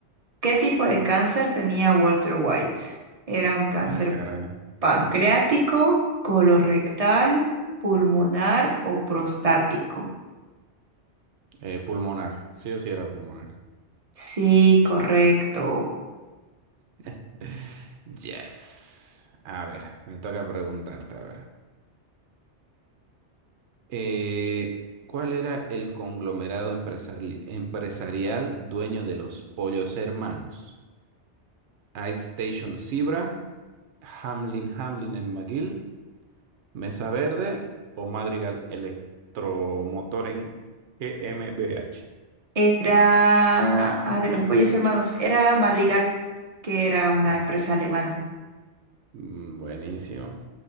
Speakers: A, on the right; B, on the right.
A: ¿Qué tipo de cáncer tenía Walter White? ¿Era un cáncer
B: Ah, caray.
A: pancreático, colorectal, pulmonar o prostático.
B: Eh, pulmonar. Sí o sí era pulmonar.
A: Sí, correcto.
B: <laughs> Yes. A ver, me toca preguntarte, a ver. Eh, ¿cuál era el conglomerado empresari- empresarial dueño de los Pollos Hermanos? Ice Station Zebra, Hamlin Hamlin en McGill, Mesa Verde o Madrigal Electromotor en GmbH.
A: Era, ah, de los pollos hermanos, era Madrigal, que era una
B: Las-
A: empresa alemana.
B: Mm, buenísimo,